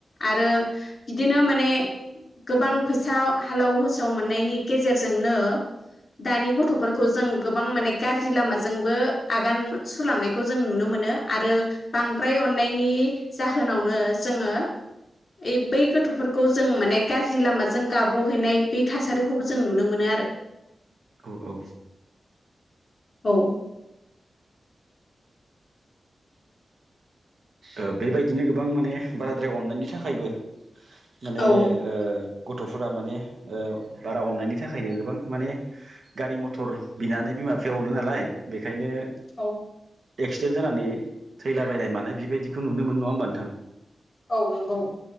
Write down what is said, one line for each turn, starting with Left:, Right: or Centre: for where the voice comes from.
Left: आरो बिदिनो मा ने गोबां फैसा हालाव-होसाव मोननायनि गेजेरजोंनो दानि गथ'फोरखौ जों गोबां माने गाज्रि लामाजोंबो आगान सुलांनायखौ जों नुनो मोनो आरो बांद्राय अननायनि जाहोनावनो जोङो ओइ बै गथ' फोरखै जों माने गाज्रि लामाजों गाब्र'हैनाय बे थासारिखौबो जों नुनो मोनो आरो।
Right: औ औ
Left: औ
Right: ओ बेबायदिनो गोबां माने बाराद्राय अननायनि थाखायबो माने
Left: औ
Right: ओ गथ'फोरा माने ओ बारा अन्नायनि थाखायनो गोबां माने गारि-मथर बिनानै बिमा-बिफाया अनो नालाय बेखायनो
Left: औ
Right: एक्सिडेन्ट जानानै थैलाबायलनाय मानाय बिबायदि बेखौ नुनो मोनो। नङा होमबा नोंथां?
Left: औ नोंगौ।